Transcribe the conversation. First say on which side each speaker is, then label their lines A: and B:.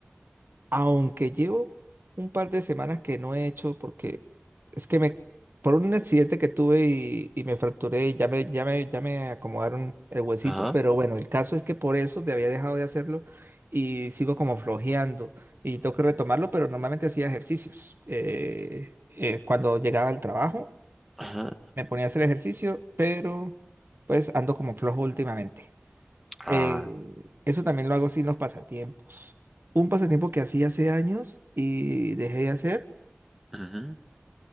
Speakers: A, on the right; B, in the centre.
A: aunque llevo un par de semanas que no he hecho, porque es que me, por un accidente que tuve y, y me fracturé, y ya me, ya me, ya me acomodaron el huesito,
B: Ajá,
A: pero bueno, el caso es que por eso te había dejado de hacerlo y sigo como flojeando y tengo que retomarlo, pero normalmente hacía ejercicios eh, eh, cuando llegaba al trabajo
B: ajá.
A: me ponía a hacer ejercicio, pero pues ando como flojo últimamente.
B: Ah,
A: Eh, eso también lo hago sin los pasatiempos. Un pasatiempo que hacía hace años y dejé de hacer
B: ujú.